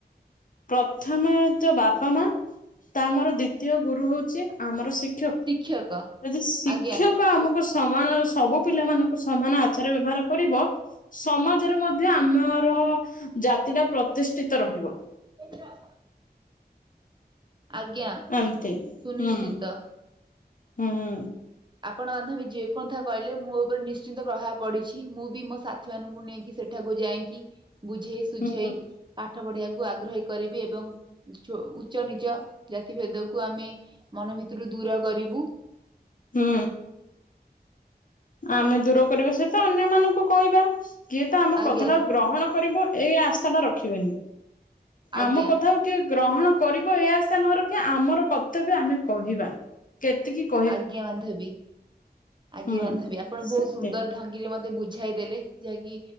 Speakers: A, on the left; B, on the right.
A: ପ୍ରଥମେ ତ ବାପା ମା ତା ମର ଦ୍ଵିତୀୟ ଗୁରୁ ହଉଚି ଆମର ଶି
B: ଶିକ୍ଷକ।
A: ଯଦି ଶିକ୍ଷକ
B: ଆଜ୍ଞା
A: ଆମକୁ ସମାନ ସବୁ ପିଲା ମଙ୍କୁ ସମାନ ଆଚାର ବ୍ୟବହାର କରିବ। ସମାଜରେ ମଧ୍ୟ ଆ ମ ର ଜାତି ଟା ପ୍ରତିଷ୍ଠିତ ରହିବ।
B: <unintelligible> ଆଜ୍ଞା।
A: ଏମ୍ତି
B: ସୁନିଶ୍ଚିନ୍ତ।
A: ହୁଁ ହୁଁ।
B: ଆପଣ ବାନ୍ଧବୀ ଯେକୋନ୍ଥା କହିଲେ ମୋ ଉପରେ ନିଶ୍ଚିନ୍ତ ପ୍ରଭାବ ପଡିଛି ମୁଁ ବି ମୋ ସା ମାନଙ୍କୁ ନେଇକି ସେଠାକୁ ଯାଇକି ବୁଝେଇ ସୁୁଝେଇ
A: ହୁଁ
B: ପା ପାଠ ପଢିବାକୁ ଆଗ୍ରହୀ କରିବି ଏବଂ ଉଚ ଉଚ୍ଚ ନିଚ ଜାତିଭେଦକୁ ଆମେ ମନ ଭିତରୁ ଦୂର କରିବୁ।
A: ହୁଁ ଆମେ ଦୂର କରିବା ସହିତ ଅନ୍ୟ ମାନଙ୍କୁ କହିବା। କିଏ ତ ଆମ
B: ଆଜ୍ଞା
A: କଥାଟା ଗ୍ରହଣ କରିବ ଏଇ ଆଶା ଟା ରଖିବେନି
B: ଆଜ୍ଞା
A: ଆମ କଥା ଟିକେ ଗ୍ରହଣ କରିବ ଏ ଆଶା ନ ରଖିବା ଆମର କର୍ତବ୍ୟ ଆମେ କହିବା କେତିକି କ
B: ଆଜ୍ଞା ବାନ୍ଧବି। ଆଗେ
A: ହୁଁ
B: ବାନ୍ଧବି ଆପଣ ବହୁତ
A: ସେତେ
B: ସୁନ୍ଦର ଢଙ୍ଗିରେ ମତେ ବୁଝାଇ ଦେଲେ ଯାହାକି